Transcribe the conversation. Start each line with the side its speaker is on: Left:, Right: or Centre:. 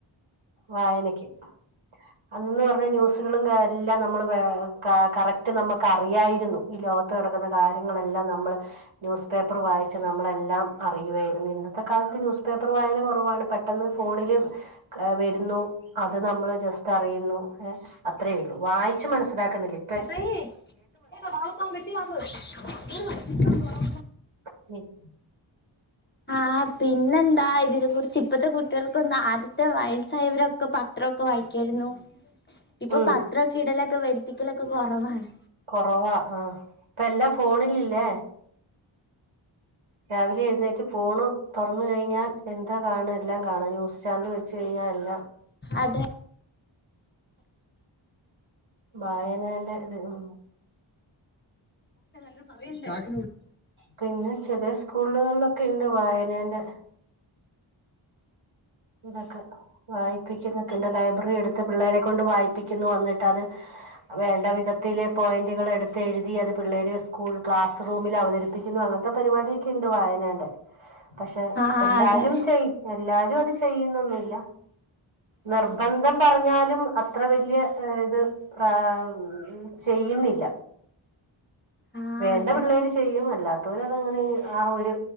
Right: വായനക്ക് അന്ന് പറഞ്ഞ ന്യൂസുകളും കാര്യ എല്ലാം നമ്മള് കാ കറക്റ്റ് നമുക്ക് അറിയായിരുന്നു ഈ ലോകത്ത് നടക്കുന്ന കാര്യങ്ങളെല്ലാം നമ്മള് ന്യൂസ് പേപ്പറ് വായിച്ച് നമ്മളെല്ലാം അറിയുവായിരുന്നു ഇന്നത്തെ കാലത്ത് ന്യൂസ് പേപ്പറ് വായന കൊറവാണ് പെട്ടെന്ന് ഫോണിലും വരുന്നു അത് നമ്മള് ജസ്റ്റ് അറിയുന്നുഏ അത്രേയുള്ളൂ വായി കുച്ച് മനസ്സിലാക്കുന്നില്ലേ
Left: കട്ട വത്ത മിട്ടി വ <unintelligible>
Right: അ <unintelligible>
Left: ആ പിന്നെന്താ ഇതിനെ കുറിച്ച് ഇപ്പത്തെ കുട്ടികൾക്കൊന്ന ആദ്യത്തെ വയസ്സായവരക്കെ ഒക്കെ പത്രമൊക്കെ വായിക്കായിരുന്നു ഇപ്പൊ
Right: ഉം
Left: പത്രക്കിടല ഒക്കെ വരുത്തിക്കലൊക്കെ കുറവാണ്
Right: കൊറവാ ആ ഇപ്പ എല്ലാ ഫോണിലല്ലേ രാവിലെ എഴുന്നേറ്റ് ഫോണ് തുറന്ന് കഴിഞ്ഞാൽ എന്താ കാണ എല്ലാം കാണാ ബസ് സ്റ്റാൻഡ് <unintelligible> വെച്ച് കഴിഞ്ഞാൽ എല്ലാം
Left: അതെ
Right: വായനേന്റെ ഇത് ഉം
Left: ട്ടല്ലും ഭവയല്ല <inaudible> <unintelligible>
Right: പിന്നെ ചെറിയ സ്കൂളുകളിലൊക്കെ ഇണ്ട് വായനേന്റെ ഇതൊക്കെ വായിപ്പിക്കുന്നുക്കെയിണ്ട് ലൈബ്രറി എടുത്ത് പിള്ളേരെ കൊണ്ട് വായിപ്പിക്കുന്നു അന്നിട്ട് അത് വേണ്ട വിധത്തില് പോയിന്റുകൾ എടുത്ത് എഴുതി അത് പിള്ളേര് സ്കൂൾ ക്ലാസ് റൂമില് അവതരിപ്പിക്കുന്നു അങ്ങനത്തെ പരിപാടിയൊക്കെ ഇണ്ട് വായനേന്റെ പക്ഷെ
Left: ആഹ്
Right: എല്ലാരും
Left: അതെ
Right: ചെയ്യ എല്ലാരും അത് ചെയ്യ ചെയ്യുന്നൊന്നുവില്ല നിർബന്ധം പറഞ്ഞാലും അത അത്ര വല്ല്യ ഏ ഇത് പ്രാ മം ചെയ്യുന്നില്ല
Left: ആഹ്
Right: വേണ്ട
Left: അതെ
Right: പിള്ളേര് ചെയ്യും അല്ലാത അത്തൂര അതങ്ങനെ അങ്ങ് ആ ഒരു